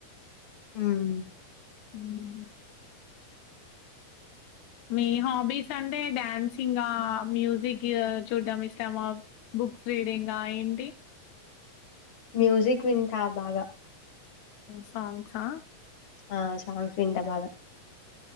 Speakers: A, on the left; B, on the left.
A: హ్మ్
B: మ్మ్ మీ హాబీస్ అంటే డాన్సింగా మ్యూజిక్ చూడ్డం ఇష్టమా బుక్స్ రీడింగా ఏంటి
A: మ్యూజిక్ వింటా బాగా
B: సాంగ్సా
A: ఆ సాంగ్స్ వింట బాగా